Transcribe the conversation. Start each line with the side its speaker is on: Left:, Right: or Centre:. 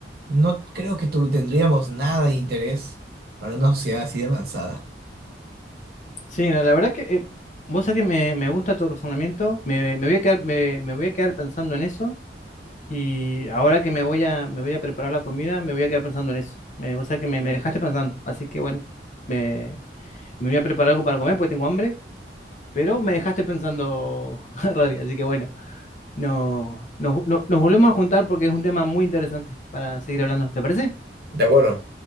Right: No creo que tu- tendríamos nada de interés para una sociedad así de avanzada.
Left: Sí, no, la verdad que eh, vos sabés que me, me gusta tu razonamiento, me, me voy a quedar, me, me voy a quedar pensando en eso, y ahora que me voy a, me voy a preparar la comida, me voy a quedar pensando en eso. Me, vos sabés que me, me dejaste pensando, así que bueno, me, me voy a preparar algo para comer porque tengo hambre. Pero me dejaste pensando, <laughs> Rodri, así que bueno, no, nos, no- nos volvemos a juntar porque es un tema muy interesante para seguir hablando. ¿Te parece?
Right: De acuerdo.